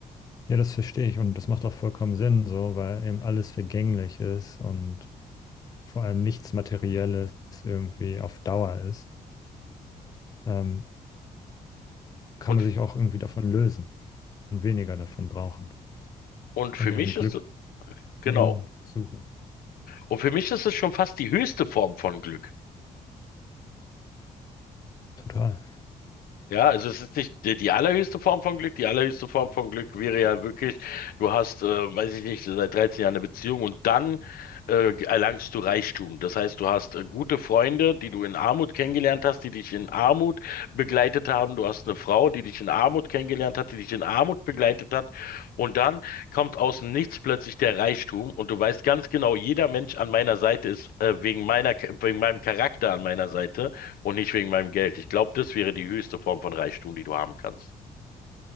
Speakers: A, on the left (about 25°); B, on the left (about 80°).
A: Ja, das verstehe ich und das macht auch vollkommen Sinn, so, weil eben alles vergänglich ist und vor allem nichts Materielles irgendwie auf Dauer ist, ähm, kann
B: Und,
A: man sich auch irgendwie davon lösen und weniger davon brauchen
B: und für
A: und eben
B: mich
A: Glück
B: ist, genau.
A: von innen suchen.
B: Und für mich ist es schon fast die höchste Form von Glück.
A: Total.
B: Ja, also es ist nicht die, die allerhöchste Form von Glück. Die allerhöchste Form von Glück wäre ja wirklich, du hast, äh, weiß ich nicht, seit 13 Jahren eine Beziehung und dann äh, erlangst du Reichtum. Das heißt, du hast äh, gute Freunde, die du in Armut kennengelernt hast, die dich in Armut begleitet haben. Du hast eine Frau, die dich in Armut kennengelernt hat, die dich in Armut begleitet hat. Und dann kommt aus dem Nichts plötzlich der Reichtum und du weißt ganz genau, jeder Mensch an meiner Seite ist äh, wegen meiner, wegen meinem Charakter an meiner Seite und nicht wegen meinem Geld. Ich glaube, das wäre die höchste Form von Reichtum, die du haben kannst.